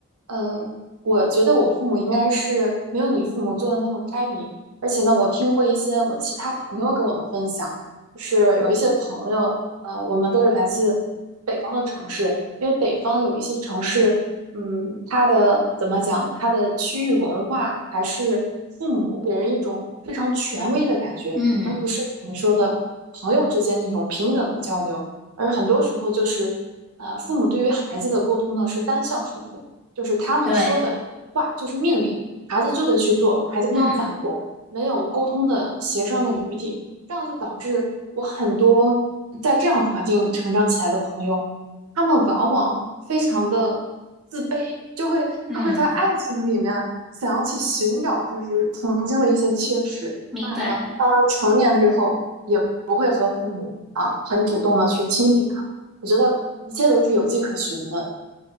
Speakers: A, on the right; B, in the centre.
A: 呃，我觉得我父母应该是没有你父母做的那么开明，而且呢，我听过一些我其他朋友跟我的分享，就是有一些朋友，呃，我们都是来自北方的城市，因为北方有一些城市，嗯，它的怎么讲，它的区域文化还是父母给人一种非常权威的感觉，
B: 嗯，
A: 而不是你说的朋友之间那种平等的交流。而很多时候就是，呃，父母对于孩子的沟通呢是单向输出，就是他们说的话就是命令，
B: 对，
A: 孩子就得去做，孩子不能反驳，
B: 嗯
A: 没有沟通的协商的余地，这样就导致我很多在这样环境成长起来的朋友，他们往往非常的自卑，就会他会在爱情里面想要去寻找就是曾经的一些缺失。
B: 嗯，明白。
A: 当然了，到了成年之后，也不会和父母啊很主动的去亲近他我觉得一切都是有迹可循的。